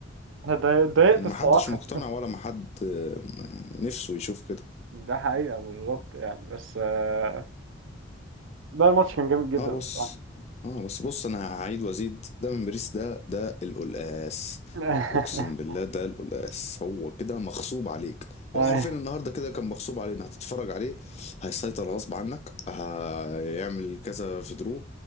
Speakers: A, on the right (about 75°); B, on the left (about 35°).
A: أنا اتضايق- اتضايقت
B: يعني محدش
A: الصراحة
B: مقتنع ولا محد آه، يعني نفسه يشوف كده
A: <laughs> ده حقيقة بالظبط يعني بس آه، ده الماتش كان جامد جدا
B: اه بص
A: الصراحة
B: اه بس بص انا هعيد وازيد ده من باريس ده ده القلقاس
A: <laughs>
B: اقسم بالله ده القلقاس هو كده مغصوب عليك
A: هاي.
B: هو حرفيا النهارده كده كان مغصوب علينا هتتفرج عليه هيسيطر غصب عنك هيعمل كذا في درو